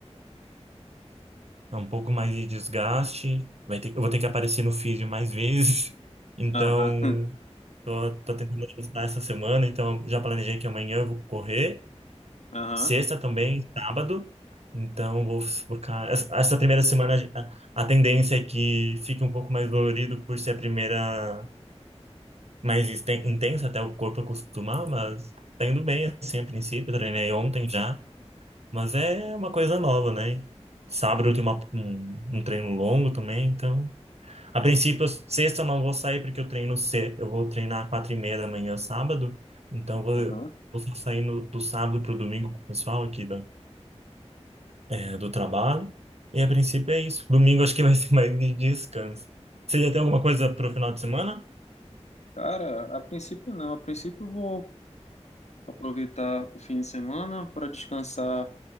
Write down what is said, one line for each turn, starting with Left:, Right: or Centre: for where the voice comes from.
Right: é um pouco mais de desgaste. Vai ter, eu vou ter que aparecer no físio mais <laughs> vezes. Então,
Left: Aham. <laughs>
Right: tô, tô tentando ajustar essa semana, então já planejei que amanhã eu vou correr.
Left: Aham.
Right: sexta também, sábado. Então, vou focar. Essa essa primeira semana, a a tendência é que fique um pouco mais dolorido por ser a primeira mais inten- intensa, até o corpo acostumar, mas tá indo bem, assim, a princípio. Eu Treinei ontem já, mas é uma coisa nova, né? Sábado eu tenho uma- um, um treino longo também, então. A princípio, sexta eu não vou sair porque eu treino cedo. Eu vou treinar quatro e meia da manhã, sábado. Então, eu
Left: Aham.
Right: vou, vou só sair no, do sábado pro domingo com o pessoal aqui é, do trabalho. E a princípio é isso. Domingo acho que vai <laughs> ser mais de descanso. Você já tem alguma coisa para o final de semana?
Left: Cara, a princípio não. A princípio eu vou aproveitar o fim de semana para descansar